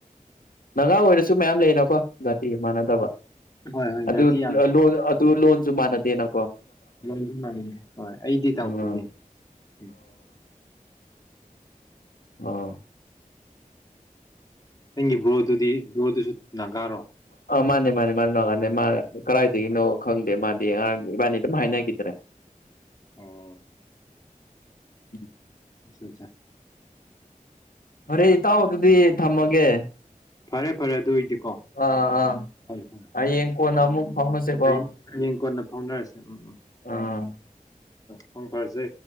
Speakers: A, on the left; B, on the left.
A: ꯒꯥ ꯑꯣꯏꯔꯁꯨ ꯃꯌꯥꯝ ꯂꯩꯅꯀꯣ ꯖꯥꯇꯤꯒ ꯃꯥꯟꯅꯗꯕ
B: ꯍꯣꯏ ꯍꯣꯏ
A: ꯑꯗꯨ
B: ꯖꯥꯇꯤ
A: ꯑꯗꯨ ꯂꯣꯟ ꯑꯗꯨ ꯂꯣꯟ ꯑꯗꯨꯃꯅꯗꯦꯅꯣ
B: ꯃꯁꯨ ꯃꯗꯦ ꯍꯣꯏ ꯑꯩꯗꯤ ꯇꯥꯡꯈꯨꯜꯅꯤ
A: ꯎꯝ
B: ꯎꯝ
A: ꯑꯥ
B: ꯅꯪꯒꯤꯕꯣꯗꯨꯗꯤ ꯌꯣꯗꯨꯁꯨ ꯅꯥꯒꯥ
A: ꯃꯥꯅꯦ ꯃꯥꯅꯦ ꯃꯥꯅꯤ ꯀꯥꯟꯗ ꯃꯥ ꯀꯗꯥꯏꯗꯒꯤꯅꯣ ꯈꯪꯗꯦ ꯃꯥꯗꯤ ꯑꯔꯥꯡ ꯏꯕꯥꯅꯤ ꯑꯗꯨꯝ ꯍꯥꯏꯅꯈꯤꯗ꯭ꯔꯦ
B: ꯑꯣ
A: ꯎꯝ
B: ꯑ
A: ꯐꯣꯔꯦ ꯏꯇꯥꯎ ꯑꯗꯨꯗꯤ ꯊꯝꯃꯒꯦ
B: ꯐꯔꯦ ꯐꯔꯦ ꯑꯗꯨꯏꯗꯤꯀꯣ
A: ꯑꯥ ꯑꯥ
B: ꯍꯣꯏ ꯍꯣꯏ ꯍꯣꯏ
A: ꯍꯌꯦꯡ ꯀꯣꯟꯅ ꯑꯃꯨꯛ ꯐꯥꯎꯅꯁꯦꯀꯣ
B: ꯍꯌꯦꯡ ꯍꯌꯦꯡ ꯀꯣꯟꯅ ꯐꯥꯎꯅꯔꯁꯦ ꯎꯝ ꯎꯝ
A: ꯑꯥ
B: ꯐꯪ ꯐꯥꯔꯁꯦ